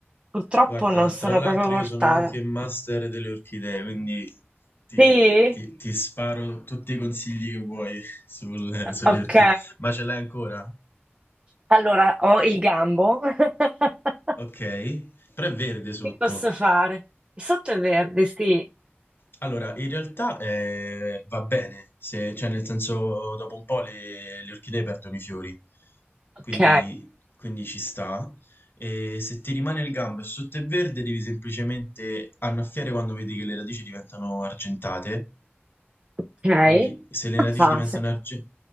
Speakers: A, on the right; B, on the left.
A: Purtroppo
B: guarda,
A: non sono
B: tra l'altro
A: proprio portata.
B: io sono anche master delle orchidee, quindi ti,
A: Sì?
B: ti- ti sparo tutti i consigli che vuoi <laughs> sul- sulle
A: Ok.
B: orchidee. Ma ce l'hai ancora?
A: Allora, ho il gambo. <laughs>
B: Ok, però è verde sotto.
A: Che posso fare? Il Sotto è verde, sì.
B: Allora, in realtà eh, va bene, se- cioè nel senso dopo un po' le, le orchidee perdono i fiori, quindi,
A: Ok,
B: quindi ci sta. E se ti rimane il gambo e sotto è verde, devi semplicemente annaffiare quando vedi che le radici diventano argentate.
A: ok.
B: Quindi se le
A: Mazza,
B: radici diventano
A: se-
B: argentate...